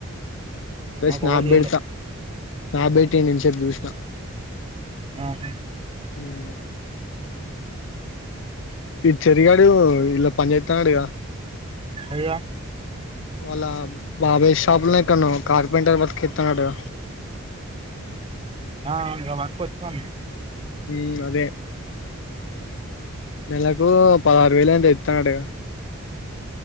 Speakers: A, on the left; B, on the right.
A: బేస్
B: నాకు
A: నాకుబెడత
B: ఎవరు చేయలే
A: నాకు బెటి నిమిషద్ చూసిన
B: ఆహా
A: మ్ ఈ చెర్రి గాడు ఇలా పంచాయతీన్నాడుగా
B: ఇగ
A: వాళ్ళ బాబయ్ షాపులో ఎక్కున్నో కార్పెంటర్ వర్క్ ఇత్తన్నాడు.
B: ఆ ఇగ వర్కోచినం
A: అ అదే నెల ఇ పదహారు వేలు ఎంతో చెప్తాండట కదా